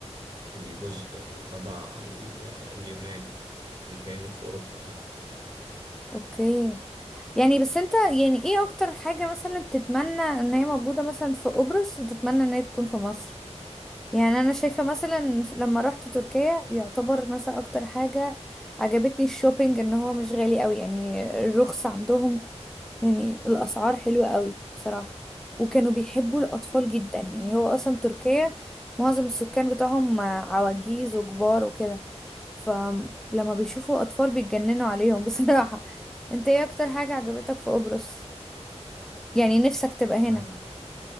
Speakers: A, on the right; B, in the centre.
A: الجزء اللي تبع ال- اليونان اللي كانت في أوروبا فعلا
B: اوكي يعني بس انت يعني ايه اكتر حاجة مثلا تتمنى ان هي موجودة مثلا في قبرص وتتمنى ان هي تكون في مصر يعني انا شايفة مثلا لما رحت تركيا يعتبر مثلا اكتر حاجة عجبتني الشوبينج ان هو مش غالي قوي يعني الرخص عندهم يعني الأسعار حلوة قوي بصراحة وكانوا بيحبوا الأطفال جدا يعني هو أصلا تركيا معظم السكان بتاعهم عواجيز وكبار وكده فلما بيشوفوا أطفال بيتجننوا عليهم <laughs> بصراحة انت ايه أكتر حاجة عجبتك في قبرص؟ يعني نفسك تبقى هنا
A: مم.